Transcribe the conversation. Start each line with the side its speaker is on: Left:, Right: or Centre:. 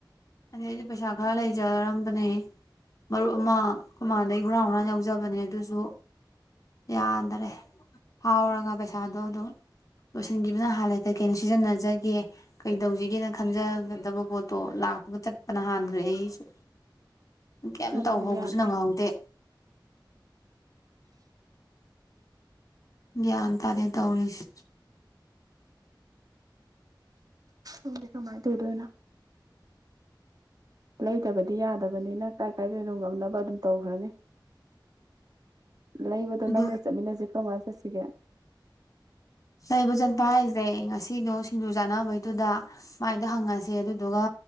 Left: ꯑꯗꯩ ꯑꯩꯁꯨ ꯄꯩꯁꯥ ꯈꯔ ꯂꯩꯖꯔꯝꯕꯅꯦ ꯃꯔꯨꯞ ꯑꯃ ꯃꯥꯡꯗꯩ ꯍꯨꯔꯥꯡ ꯍꯨꯔꯥꯟ ꯌꯥꯎꯖꯕꯅꯦ ꯑꯗꯨꯁꯨ ꯌꯥꯗꯔꯦ ꯍꯥꯎꯔꯒ ꯄꯩꯁꯥꯗꯣ ꯑꯗꯨꯝ ꯂꯣꯏꯁꯤꯟꯈꯤꯕꯅ ꯍꯥꯜꯂꯦ ꯀꯩꯀꯩꯅ ꯁꯤꯖꯤꯟꯅꯖꯒꯦ ꯀꯩ ꯇꯧꯁꯤꯒꯦꯅ ꯈꯟꯖꯒꯗꯕ ꯄꯣꯠꯇꯣ ꯂꯥꯛꯄꯒ ꯆꯟꯄꯅꯍꯥꯟꯒꯔꯦ ꯑꯩꯒꯤꯁꯨ꯫ ꯀꯩꯝ
Right: ꯑꯗꯨꯅꯤ
Left: ꯇꯧ ꯍꯧꯕꯁꯨ
Right: ꯌꯥꯗꯦ
Left: ꯅꯪꯍꯧꯗꯦ ꯭ꯒꯌꯥꯟ ꯇꯥꯗꯦ ꯇꯧꯔꯤꯁ
Right: ꯈꯪꯗꯦ ꯀꯃꯥꯏ ꯇꯧꯗꯣꯏꯅꯣ ꯂꯩꯇꯕꯗꯤ ꯌꯥꯗꯕꯅꯤꯅ ꯀꯥꯏ ꯀꯥꯏꯗꯅꯣ ꯉꯝꯅꯕ ꯑꯗꯨꯝ ꯇꯧꯈ꯭ꯔꯅꯤ ꯂꯩꯏꯕꯗꯨ
Left: ꯑꯗꯨ
Right: ꯅꯪꯒ ꯆꯠ ꯃꯤꯟꯅꯖꯤ ꯀꯝ ꯆꯠꯁꯤꯒꯦ
Left: ꯂꯩꯕ ꯆꯠꯄ ꯍꯥꯏꯁꯦ ꯉꯁꯤꯗꯣ ꯁꯤꯡꯗꯨꯨ ꯆꯥꯅꯕꯩꯗꯨꯗ ꯁꯨꯃꯥꯏꯅꯗ ꯍꯪꯉꯁꯦ ꯑꯗꯨꯗꯨꯒ